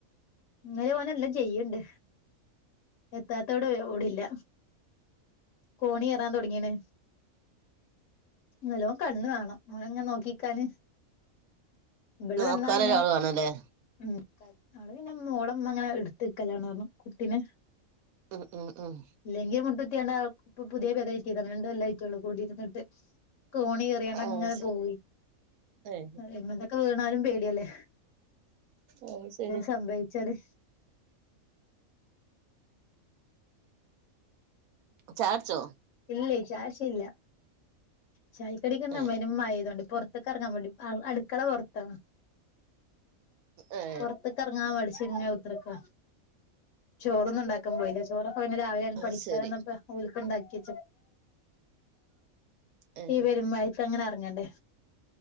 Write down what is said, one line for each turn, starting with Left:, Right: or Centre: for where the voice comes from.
Left: ഇങ്ങാലേ ഓൻ എല്ലാം ചെയ്യ്ണ്ട് എത്താത്തോടെ ഓടില്ല കോണി കേറാൻ തൊടങ്ങീണ് നല്ലോം കണ്ണ് വേണം ഓനെങ്ങനെ നോക്കിക്കാന് ഇബള്
Right: നോക്കാൻ
Left: വന്നാ പിന്നെ
Right: ഒരാള് വേണല്ലേ
Left: ഉം അവളെ പിന്നെ ഓളെ മ്മങ്ങനെ എടുത്ത്ക്കലാണ് പറഞ്ഞു കുട്ടിനെ
Right: ഉം ഉം ഉം
Left: ഇല്ലെങ്കിൽ മുട്ടത്തിയാണ്ട് ഇപ്പ പുതിയ പെര കേറ്റിയതാണ് രണ്ട് കൊല്ലം ആയിട്ടൊള്ളൂ കുടി ഇരുന്നിട്ട് കോണി കേറിയണ്ടങ്ങനെ
Right: ആ ശ-
Left: പോയി
Right: ഏ
Left: എങ്ങൂന്നൊക്കെ വീണാലും പേടിയല്ലേ
Right: ഓഹ് ശരി
Left: സംഭവിച്ചാലെ
Right: ചായട്ച്ചോ
Left: ഇല്ലേ ചായകുടിച്ചില്ല. ചായക്കടിക്കെന്നും
Right: ഏ
Left: പെരും മഴ പെയ്ടോണ്ട് പുറത്ത് പുറത്തൊക്കെറങ്ങാൻ മടി അ ടുക്കളപുറത്താണ്
Right: ഏ
Left: പുറത്തക്കെറങ്ങാൻ മടിച്ച്ങ്ങനെ കുത്തർക്കാ ചോറൊന്നുണ്ടാക്ക <unintelligible> ചോറൊക്കെ പിന്നെ രാവിലെയാണ്
Right: അത്
Left: പഠിക്കാനിരുന്നപ്പോം
Right: ശരി
Left: ഓൾക്കുണ്ടാക്കി
Right: ഏ
Left: ഈ പെരും മഴത്ത് അങ്ങനെ എറങ്ങേണ്ട